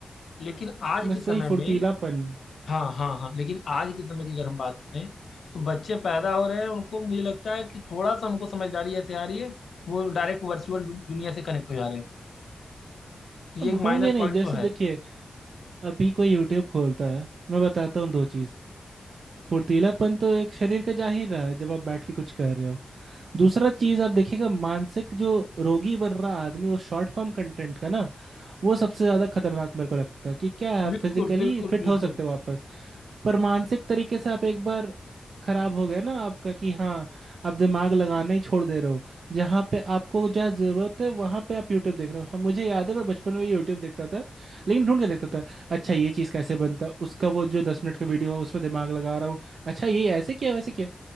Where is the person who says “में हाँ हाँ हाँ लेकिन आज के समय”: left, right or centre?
Left